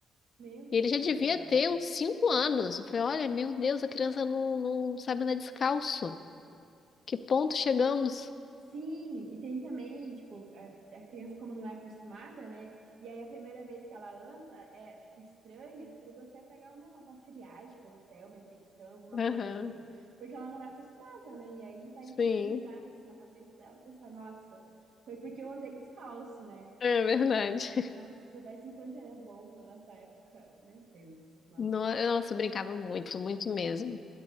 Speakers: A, on the right (about 70°); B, on the left (about 45°).
A: meu Deus
B: E ele já devia
A: do céu.
B: ter uns cinco anos. Eu falei, olha, meu Deus, a criança não, não sabe andar descalço. Que ponto chegamos?
A: Sim, e tem também, tipo, a, a criança como não é acostumada, né? E aí a primeira vez que ela anda é, tipo, estranha, que perigoso até pegar uma, uma friagem pelo pé, uma infecção, alguma
B: Aham.
A: coisa assim, porque ela não é acostumada, né? E aí vai
B: Sim.
A: internalizar isso na cabeça dela, pensar, nossa, foi porque eu andei descalço, né?
B: É verdade. <laughs>
A: Nossa, se soubesse o quanto era bom na nossa época, meu Deus, nossa.
B: No- Nossa, eu brincava muito, muito mesmo.